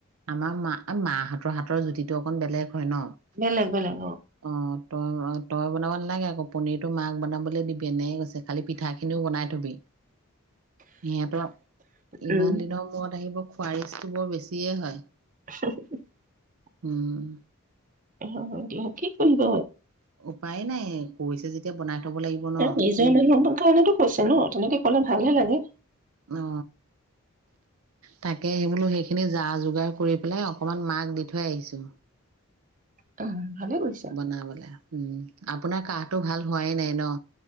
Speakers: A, on the right; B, on the right.
A: আমাৰ মা মাহতৰ হাতৰ জুতিটো অকন বেলেগ। হয়। ন
B: বেলেগ বেলেগ
A: অ তই তই বনাব নালাগে আকৌ। পনীৰটো মাক বনাবলৈ দিবি এনেই কৈছে। খালি পিঠাখিনিও বনাই থ'বি। নত <unintelligible> ইমান
B: উম
A: দিনৰ মূৰত আহিব খোৱাৰ ইচ্ছা বৰ বেছিয়ে হয়।
B: হুমহু
A: উম
B: এ হ'ব দিয়ক কি কৰিব
A: উপায় নাই কৈছে যেতিয়া বনাই থব লাগিব ন
B: নিজৰ মানুহ কাৰণেতো কৈছে ন? তেনেকে ক'লে ভালহে লাগে।
A: অ তাকে সেই বোলো সেইখিনি যা যোগাৰ কৰি পেলাই অকনমান মাক দি থৈ আহিছোঁ।
B: অ ভালে কৰিছা।
A: বনাবলে উম। আপোনাৰ কাহটো ভাল হোৱাই নাই ন?